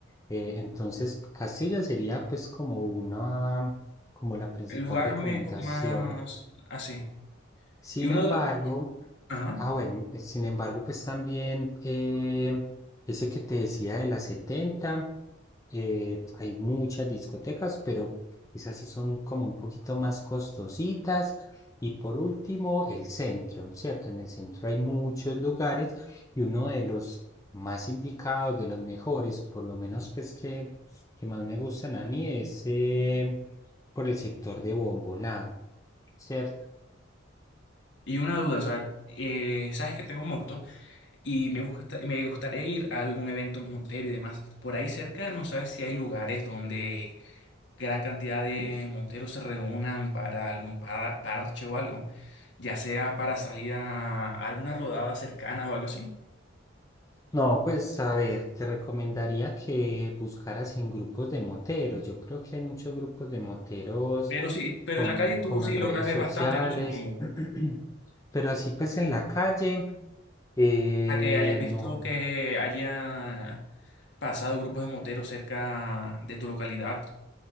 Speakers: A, on the left; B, on the left.
A: Eh, entonces, Castilla sería pues como una, como la principal
B: El lugar
A: recomendación.
B: mejor, más así.
A: Sin
B: Y una
A: embargo,
B: duda, ajá.
A: ah, bueno, eh, sin embargo, pues también eh, ese que te decía de las setenta eh, hay muchas discotecas, pero esas sí son como un poquito más costositas. Y por último, el centro, ¿cierto? En el centro hay muchos lugares y uno de los más indicados, de los mejores, por lo menos pues que, que más me gustan a mí, es eh, por el sector de Bomboná. ¿cierto?
B: Y una duda, o sea, eh, sabes que tengo moto. Y me gusta, me gustaría ir a algún evento motero y demás. Por ahí cerca, no sabes si hay lugares donde gran cantidad de moteros se reúnan para algún par- parche o algo, ya sea para salir a alguna rodada cercana o algo así.
A: No, pues a ver, te recomendaría que buscaras en grupos de moteros. Yo creo que hay muchos grupos de moteros
B: Pero sí, pero
A: como,
B: en la calle tú
A: como
B: sí
A: en redes
B: logras ver
A: sociales,
B: bastante, ¿no? Supongo.
A: <clears throat> pero así pues en la calle, eh,
B: A que hayas visto
A: no.
B: que haya pasado grupos
A: <clears throat>
B: de moteros cerca de tu localidad.